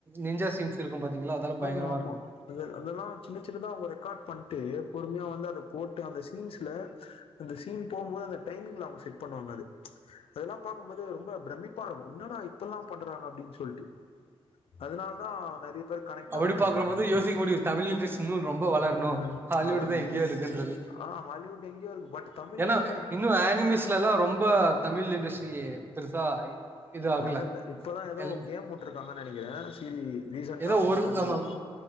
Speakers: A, on the right (about 20°); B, on the left (about 70°).
A: நெஞ்சா சீன்ஸ் இருக்கு பாத்தீங்களா அதெல்லா பயங்கரமா
B: ஆமா ஆமா
A: இருக்கு
B: அத அதெல்லா சின்ன சின்னதா அவுங்க ரெக்காட் பண்ட்டு பொறுமையா வந்து அத போட்டு அந்த சீன்ஸ்ல அந்த சீன் போம்போது அந்த டைமிங்ல அவுங்க செட் பண்ணுவாங்க அது அதெல்லா பாக்கும் போது ரொம்ப பிரம்மிப்பா இருக்கு என்னடா இப்பல்லா பண்றாங்க அப்டின்னு சொல்டு அதனால் தா நறைய பேர் கனெக்ட்டாவுன்னு
A: அப்படி
B: நெனைக்கிறே
A: பாக்குறபோது
B: எனக்கு தெரிஞ்சி
A: யோசிக்க முடியு தமிழ் இண்டஸ்ட்ரி இன்னு ரொம்ப வளரணு
B: அ
A: ஹாலிவுட்
B: வளர்னு
A: தா எங்கேயோ இருக்குன்றது
B: ஆ ஹாலிவுட் எங்கேயோ இருக்கு பட் தமிழ்ல
A: ஏன்னா
B: கூட
A: இன்னு ஆனிமேஸ்லல்லா ரொம்ப தமிழ் இண்டஸ்ட்ரி எ பெருசா இது ஆகல
B: வளர்ல இப்பதா ஏதோ
A: எல்
B: கேம் உட்டுடிருக்காங்கன்னு நெனைக்கிறே சீரி ரீசன்டா
A: ஏதோ
B: வந்து
A: ஒரு
B: தமிழ்ல
A: ஆமா